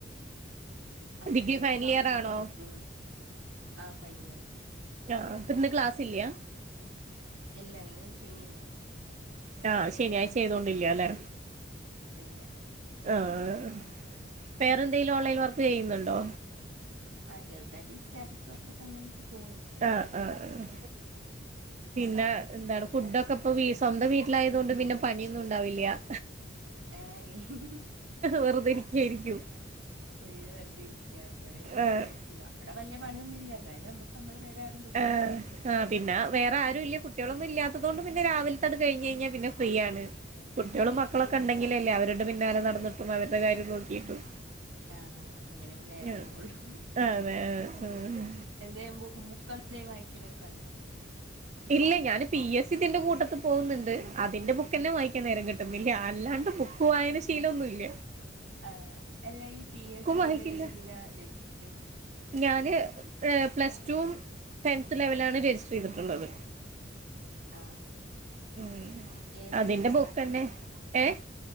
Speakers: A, on the right; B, on the right.
A: ആപോഒഴിവ്
B: ഡിഗ്രി ഫൈനൽ
A: ണ്ടാവുളൊക്കെല്ലേ
B: ഇയർ ആണോ
A: പറ്റുള്ളൂ ആ ഫൈൻ ഇയർ
B: ആ പ്പ ഇന്ന് ക്ലാസ് ഇല്ലയ
A: ഇല്ല ഇന്ന് ശനിയല്ലേ
B: ആഹ് ശനിയായിച്ചയ്തോണ്ടില്ലോ ലെ
A: ഇല്ല
B: ആഹ പേറെന്തെങ്കിലും ഓൺലൈൻ വർക്ക് ചെയ്യുന്നുണ്ടോ
A: ആ ചെറുതായിട്ട് ഈ സ്റ്റാറ്റസ് വർക്കൊക്കെ അങ്ങനൊയിട്ട് പോണ്
B: ആഹ് ആഹ ആഹ പിന്നെ എന്താണ് ഫുഡൊക്കെ ഇപ്പൊ സ്വന്തം വീട്ടിലായതോണ്ട് പിന്നെ പണിയൊന്നും ഉണ്ടാവില്ല
A: ഏ ഹെ
B: വെറുതെരിക്കായിരിക്കും
A: ഫുള്ള് വെറുതെരിക്ക ഇവിടെ വരുമ്പളല്ലേ
B: ആഹ്
A: പറ്റുള്ളൂ അവിടെ വല്യ പണിയൊന്നുമില്ല എന്നാലും നമ ക്ക് നമ്മളെ പേരാ പറയുമ്പോ
B: ആ ആ പിന്നെ ആരും ഇല്ല കുട്ടികളൊന്നും ഇല്ലാത്തതുകൊണ്ട് പിന്നെ രാവിലത്തൊണ് കഴിഞ്ഞ് കഴിഞ്ഞാ പിന്നെ ഫ്രീ ആണ് കുട്ടിളും
A: ആഹ്
B: മക്കളൊക്കെ ഉണ്ടെങ്കിലല്ലേ അവരുടെ പിന്നാലെ നടന്നിട്ടും അവരുടെ കാര്യം നോക്കിയിട്ടും
A: ആഹ അങ്ങനെ നേരം
B: ആഹ്
A: പോവോള്ളൂ
B: അതെ ആഹ്
A: എന്ത ബുക്ക എന്ത വായിക്കലൊക്കെ ഇണ്ടാ
B: ഇല്ല ഞാന് പി എസ് സി തിന്റെ കൂട്ടത്ത് പോകുന്നുണ്ട് അതിന്റെ ബു ക്കെന്നെ വായിക്കാൻ നേരം കിട്ടുന്നില്ല അല്ലാണ്ട് ബുക്ക് വായന ശീലൊന്നുമ ഇല്ല
A: ആഹ് അല്ല ഈ പി എസ് സി
B: വായിക്കില്ല
A: ങ്ങൾ ഏത് ദിന രജിസ്റ്റർ ചെയ
B: ഞാന് പ്ലസ് ടു ടെൻത് ലെവലാണ് രജിസ്റ്റർ ചെയ്തിട്ടുള്ളത്
A: ആഹ്
B: ഉം
A: ഏതിതിലാ
B: അതിന്റെ ബുക്ക്ന്നെ ഏ